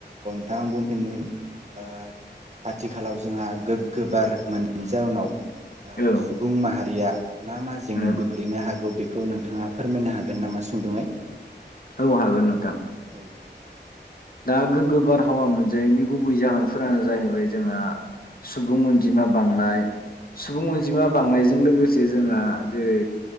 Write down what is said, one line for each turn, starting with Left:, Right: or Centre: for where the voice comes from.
Right: दा आं बुंफिन ओ आथिखालाव जोंहा गोग्गो बार मोनैनि जाउनाव ओ
Left: औ
Right: सुबुं माहारिया मा मा जेंनायाव
Left: उम
Right: गोग्लैनो हागौ बेखौ नोंथाङा फोरमायनो हागोन नामा सुंद'यै
Left: औ हागोन नोंथां
Right: <inaudible>
Left: दा गोग्गो बारहावा मोनजायैनि गुबै जाहोनफोरानो जाहैबाय जोंहा सुबुं अनजिमा बांनाय सुबुं अनजिमा बांनायजों लोगोसे जोंहा जेरै